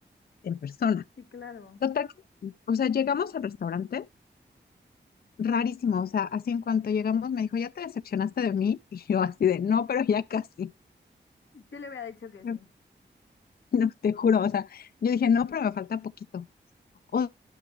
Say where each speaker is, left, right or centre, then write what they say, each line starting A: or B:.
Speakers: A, on the left; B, on the left.
A: en persona.
B: Sí, claro.
A: Total que, o sea, llegamos al restaurante rarísimo, o sea, así en cuanto llegamos me dijo, ¿ya te decepcionaste de mí? <laughs> Y yo así de, no, pero ya casi,
B: Yo le había dicho que
A: <laughs>
B: sí.
A: no, te juro, o sea, yo dije, no, pero me falta poquito. O